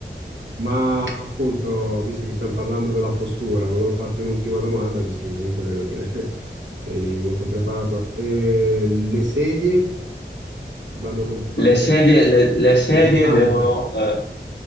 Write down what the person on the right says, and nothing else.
Ma appunto, visto che stiamo parlando della postura, volevo farti un'ultima domanda, visto che comunque vedo che <laughs> sei molto preparato. Eh, le sedie vanno con... va-
è importante.